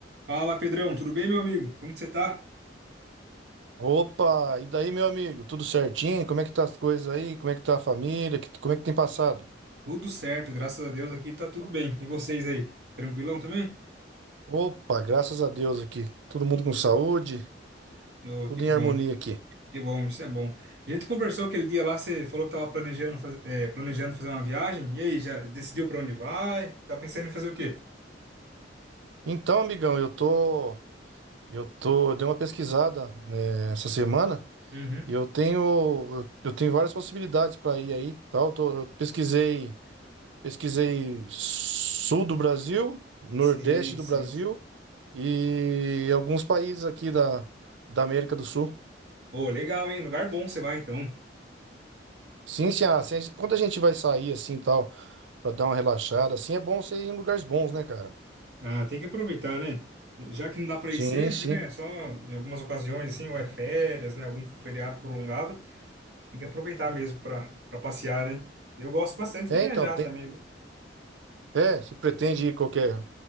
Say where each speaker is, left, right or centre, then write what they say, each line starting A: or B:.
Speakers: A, on the right (about 65°); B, on the right (about 80°).
A: Fala, Pedrão, tudo bem, meu amigo? Como que você tá?
B: Opa, e daí, meu amigo? Tudo certinho? Como é que tá as coisas aí? Como é que tá a família? Que- Como é que tem passado?
A: Tudo certo, graças a Deus aqui tá tudo bem. E vocês aí? Tranquilão também?
B: Opa, graças a Deus aqui. Todo mundo com saúde,
A: Ô,
B: tudo
A: que bom,
B: em harmonia aqui.
A: que bom, isso é bom. A gente conversou aquele dia lá, você falou que tava planejando, faz- eh, planejando fazer uma viagem. E aí, já decidiu pra onde vai? Tá pensando em fazer o quê?
B: Então, amigão, eu tô, eu tô, eu dei uma pesquisada, né, essa semana.
A: Uhum.
B: e Eu tenho, eu tenho várias possibilidades para ir aí, tal. Eu tô- eu pesquisei, pesquisei sul do Brasil, nordeste
A: Sei,
B: do
A: sei.
B: Brasil e alguns países aqui da, da América do Sul.
A: Pô, legal, hein? Lugar bom você vai então.
B: Sim, sim, ah, se a gente- quando a gente vai sair assim e tal, pra dar uma relaxada, assim, é bom você ir em lugares bons, né, cara?
A: Ah, tem que aproveitar, né? Já que não dá pra
B: Sim,
A: ir sempre,
B: sim.
A: né? É Só em algumas ocasiões assim, ou é férias, né? Algum feriado prolongado. Tem que aproveitar mesmo para para passear, né? Eu gosto bastante
B: É,
A: de viajar
B: então, tem,
A: também, viu?
B: é, se pretende ir qualquer,